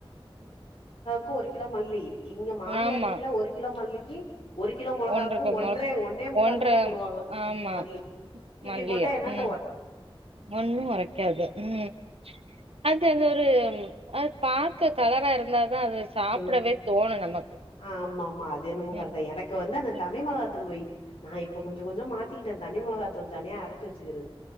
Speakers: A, on the left; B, on the right.
A: கு ஒரு கிலோ மல்லி இங்க மாமியார்
B: ஆமா
A: வீட்ல ஒரு கிலோ மல்லி கி ஒரு கிலோ மொளகாவுக்கு
B: ஒன்றுக்கு
A: ஒன்றே
B: மொ
A: ஒன்னே முக்கால்
B: ஒன்ற
A: கூட போடுவாங்க
B: ஆமா
A: மல்லி இப்டி
B: மல்லிய
A: போட்டா என்னத்
B: ம் ஒன்னு ஒரைக்காது ம் அது அது ஒரு அத் பாக்க கலரா இருந்தா தா அது சாப்டவே
A: ம்
B: தோணும் நமக்கு
A: ஆமா ஆமா அது என்னமே கரெட்
B: ம்
A: தா எனக்கு வந்து அந்த
B: ம்
A: தனி மொளகா தூள் வை நா இப்ப கொஞ்சோ கொஞ்சோ மாத்திக்கிட்ட தனி மொளகாத்தூள் தனியா அரைச்சு வச்சுக்கிறது